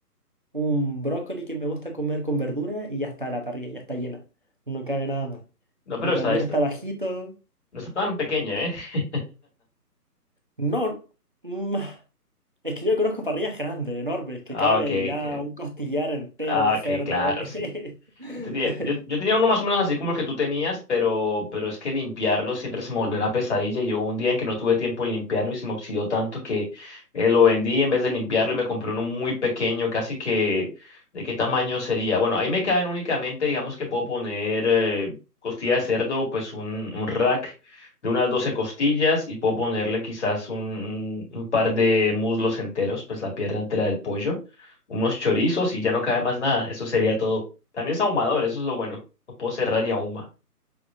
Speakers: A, on the right (about 35°); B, on the left (about 45°).
A: un brócoli que me gusta comer con verdura y ya está la parrilla, ya está llena. No cabe nada más.
B: No, pero
A: Y
B: está,
A: también
B: está-
A: está bajito.
B: no está tan pequeña, ¿eh? <laughs>
A: No, mm, es que yo conozco parrillas grandes, enormes, que
B: Ah,
A: cabe
B: ok,
A: ya
B: que-
A: un costillar entero
B: ah,
A: de cerdo.
B: ok, claro,
A: <laughs>
B: sí. Te tiene- Yo, yo tenía uno más o menos así como el que tú tenías, pero, pero es que limpiarlo siempre se me volvió una pesadilla. Yo un día en que no tuve tiempo de limpiarlo y se me oxidó tanto que eh, lo vendí en vez de limpiarlo y me compré uno muy pequeño, casi que de qué tamaño sería. Bueno, ahí me caben únicamente, digamos que puedo poner eh, costilla de cerdo, pues un, un rack de unas 12 costillas y puedo ponerle quizás un, un par de muslos enteros, pues la pierna entera del pollo, unos chorizos y ya no cabe más nada. Eso sería todo. También es ahumador, eso es lo bueno. Lo puedo cerrar y ahuma.